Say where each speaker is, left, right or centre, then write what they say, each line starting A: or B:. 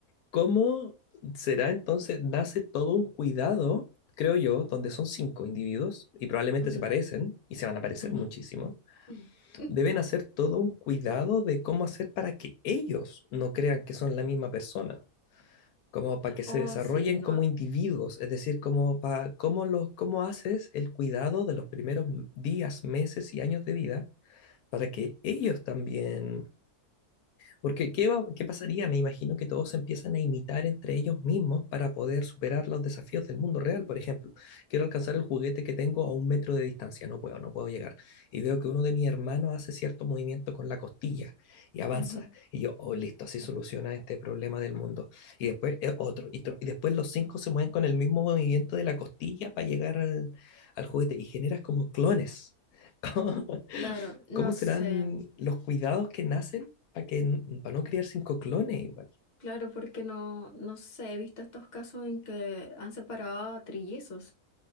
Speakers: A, on the left (about 80°); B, on the left (about 50°).
A: ¿cómo será entonces? Nace todo un cuidado, creo yo, donde son cinco individuos y probablemente
B: Ujú,
A: se parecen y se van a parecer
B: ujú.
A: muchísimo.
B: <laughs>
A: deben hacer todo un cuidado de cómo hacer para que ellos no crean que son la misma persona, como para que se
B: Oh,
A: desarrollen
B: sí, no.
A: como individuos, es decir, como para cómo los cómo haces el cuidado de los primeros días, meses y años de vida para que ellos también porque ¿qué va- qué pasaría? Me imagino que todos se empiezan a imitar entre ellos mismos para poder superar los desafíos del mundo real. Por ejemplo, quiero alcanzar el juguete que tengo a un metro de distancia, no puedo, no puedo llegar. Y veo que uno de mis hermanos hace cierto movimiento con la costilla y avanza.
B: Ujú.
A: Y yo, oh, listo, así soluciona este problema del mundo. Y después eh, otro, y, otro. Y después los cinco se mueven con el mismo movimiento de la costilla para llegar al, al juguete y generas como clones. <laughs> ¿Cómo,
B: Claro, no
A: cómo serán
B: sé,
A: los cuidados que nacen para que, para no criar cinco clones igual.
B: claro, porque no, no sé, he visto estos casos en que han separado a trillizos